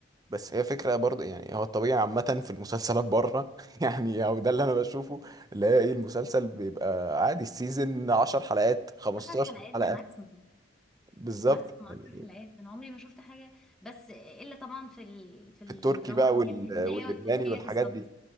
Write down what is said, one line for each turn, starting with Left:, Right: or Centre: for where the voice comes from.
Right: بس هي فكره برضو يعني هو الطبيعي عامه في المسلسلات بره <laughs> يعني او ده اللي انا بشوفه اللي هي ايه المسلسل بيبقى عادي السيزون 10 حلقات 15
Centre: 10 حلقات
Right: حلقه
Centre: ده ماكسيمم
Right: بالظبط
Centre: ماكسيموم 10
Right: يعني
Centre: حلقات انا عمري ما شفت حاجه بس الا طبعا في ال... في الدراما
Right: في التركي بقى
Centre: اللي
Right: وال...
Centre: هي الهنديه
Right: واللبناني
Centre: والتركيه
Right: والحاجات
Centre: بالظبط
Right: دي